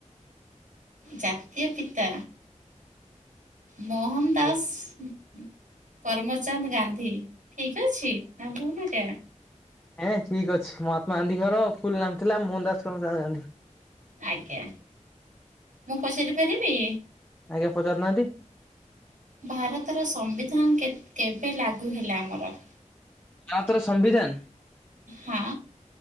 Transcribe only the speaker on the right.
ଜାତୀୟ ପିତା ମୋହନ ଦାସ
କରମଚାନ୍ଦ ଗାନ୍ଧୀ। ଠିକ ଅଛି ନା ଭୁଲ୍ ଏଟା।
ଆଜ୍ଞା। ମୁଁ ପଚାରି ପାରିବି?
ଭାରତର ସମ୍ବିଧାନ କେ କେବେ ଲାଗୁ ହେଲା ଆମର?
ହଁ।